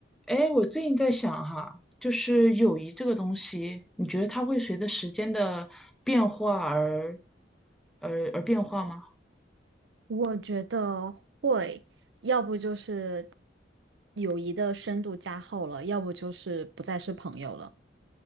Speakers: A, in the centre; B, on the right.
A: 哎，我最近在想哈，就是友谊这个东西，你觉得它会随着时间的变化而而而变化吗？
B: 我觉得会，要不就是友谊的深度加厚了，要不就是不再是朋友了。